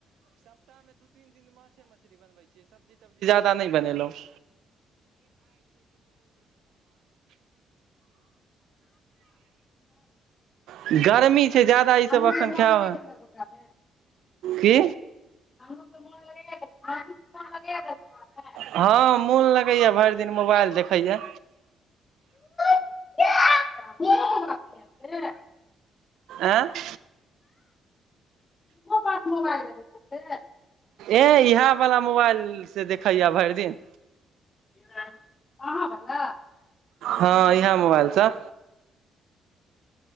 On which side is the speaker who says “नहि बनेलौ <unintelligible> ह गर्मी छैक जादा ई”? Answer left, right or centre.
Right